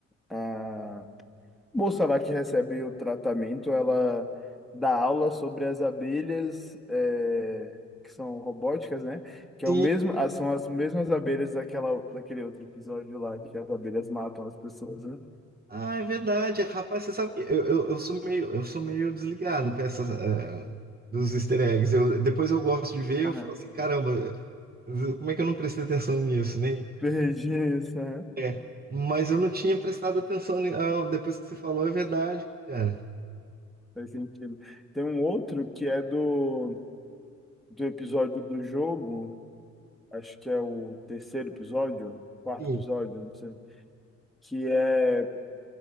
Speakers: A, in the centre; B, on the right.
A: a Moça lá que recebe o tratamento, ela dá aula sobre as abelhas, é, que são robóticas, né? Que é
B: sim,
A: o mesmo, ah, são as mesmas abelhas daquela, daquele outro episódio lá, que as abelhas matam as pessoas, né?
B: Ah, é verdade. Rapaz, você sabe que eu, eu, eu sou meio, eu sou meio desligado com essas, eh, dos easter eggs. Eu, depois eu gosto de ver, eu
A: Aham.
B: falo assim, caramba, como é que eu não prestei atenção nisso, né?
A: <laughs> Perdi isso, aham.
B: É, mas eu não tinha prestado atenção. ni- ah, depois que você falou, é verdade, cara.
A: Faz sentido. Tem um outro que é do, do episódio do jogo, acho que é o terceiro episódio, quarto
B: Sim,
A: episódio, não sei, que é